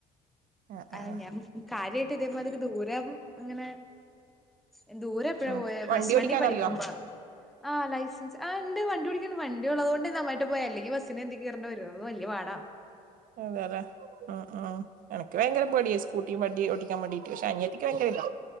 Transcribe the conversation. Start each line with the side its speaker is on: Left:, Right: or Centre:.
Right: ആഹ്
Centre: അ
Right: ആഹ്
Centre: ഞാൻ കാര്യയിട്ട് ഇതേമാതിരി ദൂരം അങ്ങനെ ഏഹ് ദൂരെ എപ്പഴാ
Right: ഉം
Centre: പോയ പ്ലസ്
Right: വണ്ടി
Centre: വണ്ണിൽ
Right: ഓടിക്കാൻ
Centre: പഠിക്കുമ്പോ
Right: അറിയോ
Centre: ആ ലൈസൻസ് ആ ഉണ്ട് വണ്ടി ഓടിക്കാണ് വണ്ടി ഉള്ളതുകൊണ്ട് ന്നനായിട്ട് പോയെ അല്ലെങ്കിൽ ബസ്സിന് എന്തെ കേറണ്ടിവരോ അത് വലിയ പാടാ
Right: അതെല്ലെ ഉം ഉം എനിക്ക് ഭയങ്കര പേടിയ സ്കൂട്ടി വ ണ്ടിഓക്കാൻ വേണ്ടീട്ട് പക്ഷെ അനിയത്തിക്ക് ഭയങ്കര ഇതാ